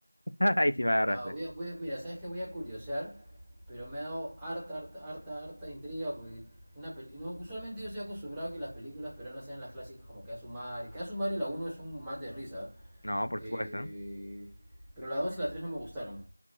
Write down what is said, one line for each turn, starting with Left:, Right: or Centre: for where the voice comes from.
Left: <laughs> Ahí sí me agarraste.
Centre: Ah, voy a, voy a- mira, sabes que voy a curiosear, pero me ha dado harta, harta, harta, harta intriga, porque una peli- no, usualmente yo estoy acostumbrado a que las películas peruanas sean las clásicas como Que a su madre, Que a su madre la uno es un mate de risa,
Left: No, por
Centre: eh,
Left: supuesto.
Centre: pero la 2 y la 3 no me gustaron.